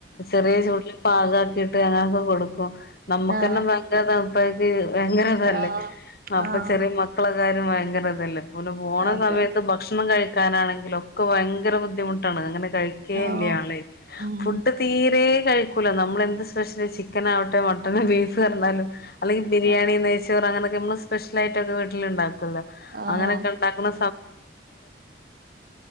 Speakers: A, on the left (about 50°); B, on the right (about 50°).
A: ചെറിയ ചൂടില് പാകാക്കിട്ട് അങ്ങനൊക്കെ കൊടുക്കും നമ്മക്കെന്നെ
B: ആഹ് ആഹ്
A: ഭങ്കര തൺപ്പായിട്ട് ഭയങ്കര ഇതല്ലേ
B: ആഹ്
A: അപ്പൊ
B: ആഹ്
A: ചെറിയ മക്കളെ <unintelligible> ഭയകര ഇത് അല്ല പോന്ന
B: അതെ
A: സമയത്ത് ഭക്ഷണം കഴിക്കാൻ <unintelligible> കഴിക്കാൻ ആണെങ്കിലും പയ്കര ബുദ്ധിമുട്ട് അല്ല <unintelligible>
B: ആഹ് ഉം
A: ഫുഡ്‌ തീരെ കഴിക്കൂല നമ്മളെന്ത് സ്പെഷ്യല് ചിക്കൻ ആവട്ടെ മട്ടൺ ബീഫ് പറഞ്ഞാലും അല്ലെങ്കി ബിരിയാണി
B: ആഹ്
A: നെയ്ച്ചോറ് അങ്ങനൊക്കെ മ്മള് സ്പെഷ്യലായിട്ട്ക്കെ വീട്ടിലിൽണ്ടാക്കൂലെ
B: ആഹ്
A: അങ്ങനൊക്കെ ണ്ടാക്കുന്ന